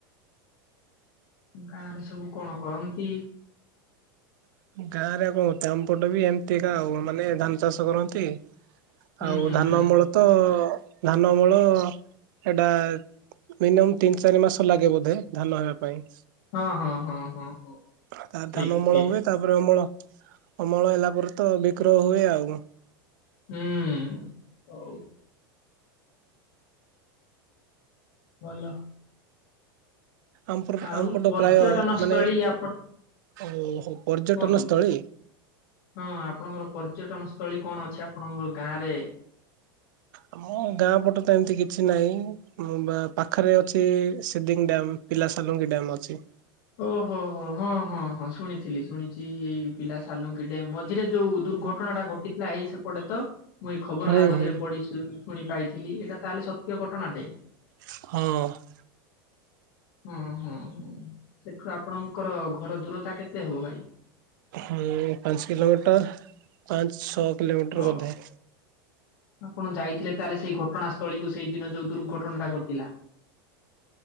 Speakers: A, on the left; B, on the right.
A: ଗାଁ ରେ ସବୁ କଣ କରନ୍ତି।
B: ଗାଁରେ କଣ ଆମପଟ ବି ଏମିତିକା ଆଉ ମାନେ ଧାନ ଚାଷ କରନ୍ତି।
A: ହୁଁ
B: ଆଉ
A: ହୁଁ
B: ଧାନ
A: ହୁଁ
B: ଅମଳ
A: ହୁଁ
B: ତ ଧାନ ଅମଳ ଏଇଟା ମିନିମମ୍ ତିନି ଚାରି ମାସ ଲାଗେ ବୋଧେ ଧାନ ହେବା ପାଇଁ।
A: ହଁ ହଁ ହଁ ହଁ ହଁ
B: ତା
A: ଠିକ୍।
B: ଧାନ ଅମଳ ହୁଏ ତାପରେ ଅମଳ ଅମଳ ହେଲା ପରେ ତ ବିକ୍ରୟ ହୁଏ ଆଉ କଣ।
A: ହୁଁ ହଉ। ଭଲ।
B: ଆମପଟ
A: ଆଉ
B: ଆମପଟ
A: ପର୍ଯ୍ୟଟନ
B: ପ୍ରାୟ
A: ସ୍ଥଳୀ
B: ମାନେ
A: ଆପଣ
B: ଓ ପର୍ଯ୍ୟଟନ
A: କୁହନ୍ତୁ।
B: ସ୍ଥଳୀ
A: ହଁ ଆପଣଙ୍କର ପର୍ଯ୍ୟଟନ ସ୍ଥଳୀ କଣ ଅଛି ଆପଣଙ୍କ ଗାଁରେ?
B: ଆମ ଗାଁ ପଟ ତ ଏମତି କିଛି ନାହିଁ। ମୁଁ ବା ପାଖରେ ଅଛି ସିଦିଙ୍ଗ ଡ୍ୟାମ୍ ପିଲାସଲୁଙ୍ଗି ଡ୍ୟାମ୍ ଅଛି।
A: ଓହୋ ହୋ ହୋ ହଁ ହଁ। ହଁ ହଁ ଶୁଣିଥିଲି ଶୁଣିଛି ଏଇ ପିଲା ସାଲୁଙ୍କି ଡ୍ୟାମ୍ ମଝିରେ ଯୋଉ ଦୁର୍ଘଟଣା ଟା ଘଟିଥିଲା ଏଇ ସେପଟେ ତ ମୁଁ ଏଇ ଖବର
B: ହୁଁ
A: କାଗଜରେ
B: ହୁଁ।
A: ପଡି ଶୁଣି ପାଇଥିଲି ଏଇଟା ତାହେଲେ ସତ୍ୟ ଘଟଣାଟେ
B: ହଁ।
A: ହଁ ହଁ ହଁ ସେଠୁ ଆପଣଙ୍କର ଘର ଦୂରତା କେତେ ହବ ଭାଇ?
B: ହଁ ପାଞ୍ଚ କିଲୋମିଟର ପାଞ୍ଚ ଛଅ କିଲୋମିଟର
A: ଓହୋ
B: ବୋଧେ।
A: ଆପଣ ଯାଇଥିଲେ ତାହେଲେ ସେଇ ଘଟଣାସ୍ଥଳୀ କୁ ସେଇଦିନ ଯୋଉ ଦୁର୍ଘଟଣାଟା ଘଟିଲା।